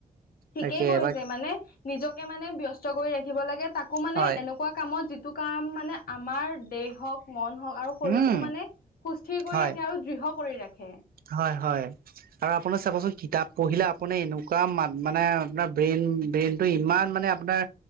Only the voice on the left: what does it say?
ঠিকেই
কৰিছে
মানে নিজকে মানে ব্যস্ত কৰি ৰাখিব লাগে তাকো মানে
এনেকোৱা কামত যিটো কাম মানে আমাৰ দেহক মন হওক আৰু শৰীৰটো
মানে সুস্থিৰ কৰি
ৰাখে আৰু দৃঢ় কৰি ৰাখে